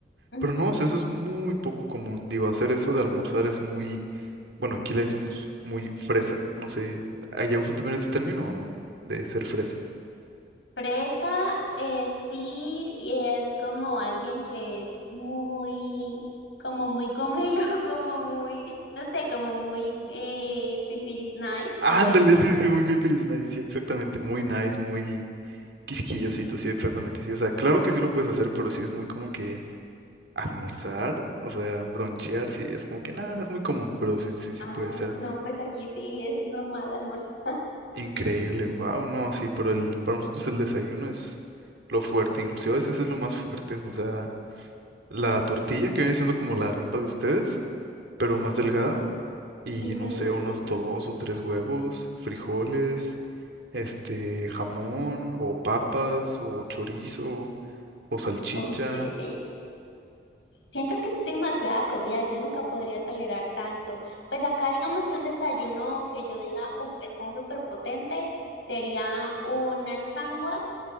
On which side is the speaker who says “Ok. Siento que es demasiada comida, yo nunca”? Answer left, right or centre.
Left